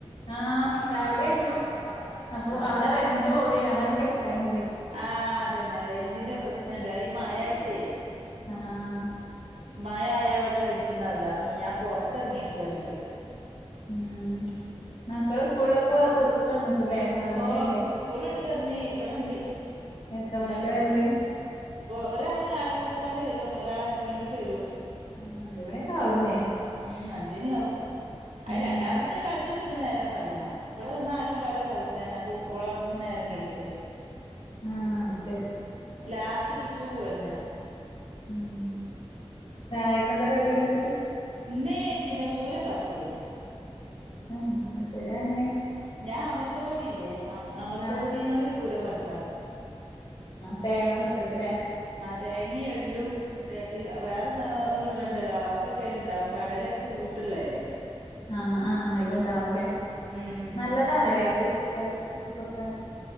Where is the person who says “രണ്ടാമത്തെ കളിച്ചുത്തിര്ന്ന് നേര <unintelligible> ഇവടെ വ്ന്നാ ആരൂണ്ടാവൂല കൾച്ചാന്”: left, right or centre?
Right